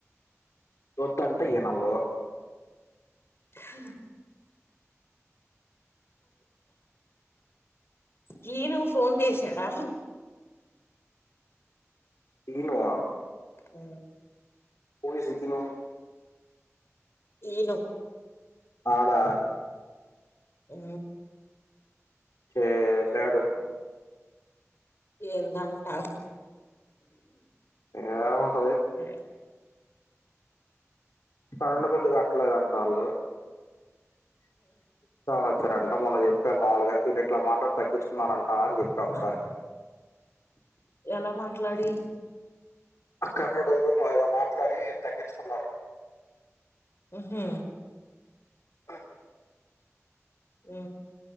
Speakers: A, on the left; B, on the left.
A: చూత్త అంటే ఇనవు.
B: హా శ్రీను ఫోన్ చేసాడా
A: శ్రీను ఆ
B: ఊ
A: పోయి సిక్కినం
B: ఈనో.
A: తాగా
B: ఊ
A: చేసాడు.
B: ఏందంటా.
A: ఏం ఉంటది
B: అ
A: కరెంటు బిల్లు కట్టలేదంట వాళ్ళు. వచ్చారంట మొన్న చెప్ప మాములుగా ఇది ఇట్లా మాత్రం తగ్గించున్నారంట అని చెప్పా ఒకసారి
B: ఎలా మాట్లాడి.
A: ఆ కర్రోడయిందేగా ఇగ మాట్లాడి తగ్గించుకున్నారు.
B: హు
A: ఆ
B: హు